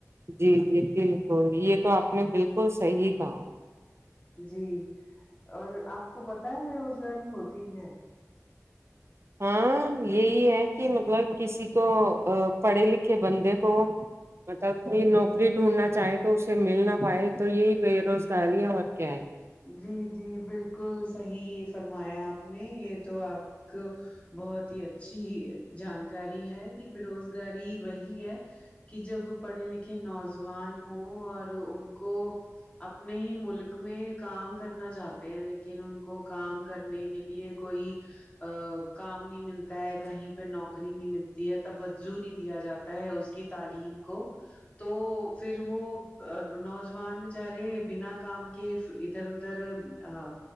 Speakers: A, on the right; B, on the left.
A: جی جی بالکل یہ تو آپ نے بالکل صحیح کہا
B: جی اور آپ کو پتہ ہے بے روزگاری ہوتی کیا ہے
A: ہاں یہی ہے کہ مطلب کسی کو پڑھے لکھے بندے کو مطلب کہ نوکری ڈھونڈنا چاہے تو اسے مل نہ پائے تو یہی بے روزگاری ہے اور کیا ہے
B: جی جی بالکل صحیح فرمایا آپ نے یہ تو آپ بہت ہی اچھی جانکاری ہے کہ بے روزگاری وہی ہے کہ جب پڑھے لکھے نوز وان ہوں اور ان کو اپنے ہی ملک میں کام کرنا چاہتے ہیں لیکن ان کو کام کرنے کے لیے کوئی ا کام نہیں ملتا ہے کہیں پہ نوکری نہیں ملتی ہے توجہ نہیں دیا جا تا ہے اس کی تعلیم کو تو فر وہ نوجوان بچارے بنا کام کے ادھر ادھر ا